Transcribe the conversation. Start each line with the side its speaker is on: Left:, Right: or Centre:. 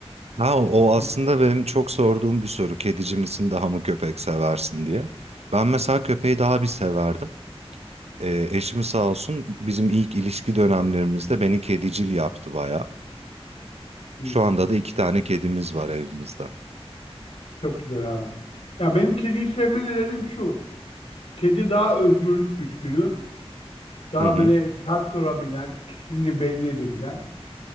Right: Ha, o aslında
Left: Hı?
Right: benim çok sorduğum bir soru. Kedici misin, daha mı köpek seversin diye. Ben mesela köpeği daha bir severdim. Ee, eşim sağ olsun bizim ilk ilişki dönemlerimizde beni kedicil yaptı bayağı.
Left: Hmm,
Right: Şu anda da iki tane kedimiz var evimizde.
Left: çok güzel abi. Ya benim kediyi sevme nedenim şu. Kedi daha özgürlük düşkünü. Daha
Right: Hı hı.
Left: böyle sert durabilen, kişiliğini belli edebilen.